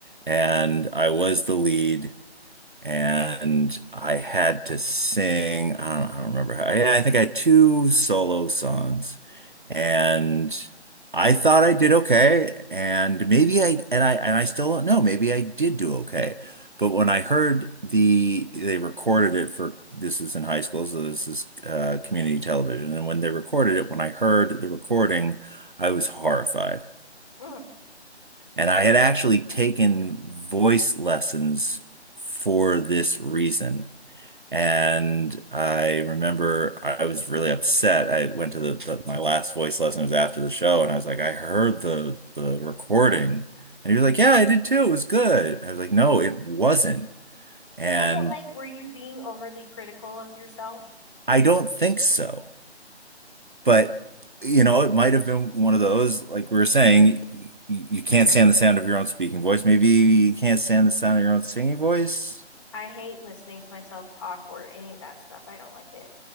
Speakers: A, on the right; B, on the left.
A: and I was the lead, and I had to sing. I don't, I don't remember. how- I, I think I had two solo songs, and I thought I did okay. And maybe I and I and I still don't know. Maybe I did do okay. But when I heard the they recorded it for this is in high school, so this is uh, community television. And when they recorded it, when I heard the recording, I was horrified.
B: Mm.
A: And I had actually taken voice lessons for this reason. And I remember I was really upset. I went to the, the my last voice lesson was after the show, and I was like, I heard the the recording, and he was like, Yeah, I did too. It was good. I was like, No, it wasn't, and
B: yeah but like were you being overly critical of yourself
A: I don't think so. But you know, it might have been one of those, like we were saying, you, you can't stand the sound of your own speaking voice. Maybe you can't stand the sound of your own singing voice.
B: i hate listening to myself talk or any of that stuff i don't like it